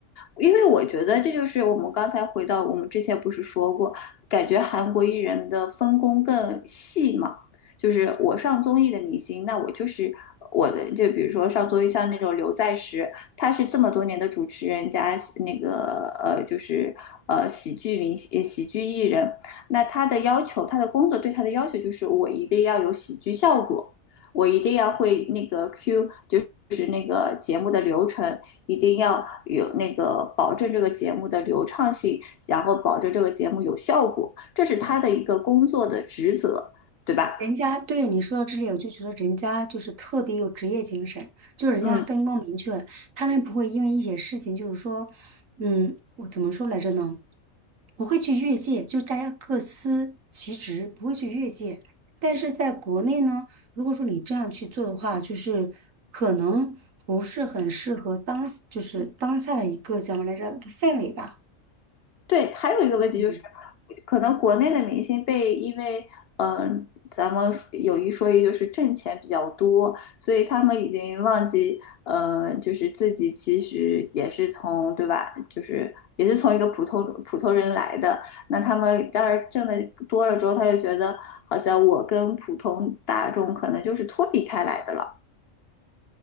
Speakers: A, on the left; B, on the right.
A: 因为我觉得这就是我们刚才回到我们之前不是说过，感觉韩国艺人的分工更细嘛，就是我上综艺的明星，那我就是我的，就比如说上综艺像那种刘在石，他是这么多年的主持人加那个呃，就是呃喜剧明星、呃喜剧艺人，那他的要求，他的工作对他的要求就是我一定要有喜剧效果，我一定要会那个 Q 就是。就是那个节目的流程，一定要有那个保证这个节目的流畅性，然后保证这个节目有效果，这是他的一个工作的职责，对吧？
B: 人家对你说到这里，我就觉得人家就是特别有职业精神，就是人家分工明确，
A: 嗯。
B: 他们不会因为一些事情，就是说，嗯，我怎么说来着呢？不会去越界，就是大家各司其职，不会去越界。但是在国内呢，如果说你这样去做的话，就是可能不是很适合当，就是当下的一个怎么来着氛围吧。
A: 对，还有一个问题就是，
B: 我觉得
A: 可能国内的明星被因为，嗯、咱们有一说一，就是挣钱比较多，所以他们已经忘记，嗯、就是自己其实也是从，对吧？就是也是从一个普通普通人来的。那他们当然挣的多了之后，他就觉得好像我跟普通大众可能就是脱离开来的了。